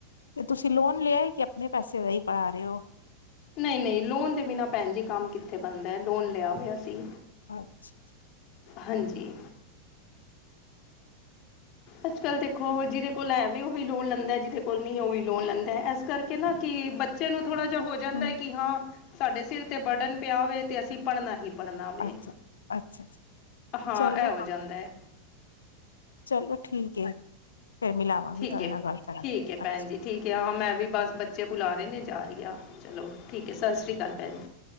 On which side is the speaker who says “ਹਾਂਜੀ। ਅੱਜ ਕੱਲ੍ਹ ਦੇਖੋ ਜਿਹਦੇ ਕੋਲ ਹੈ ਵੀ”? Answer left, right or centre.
Left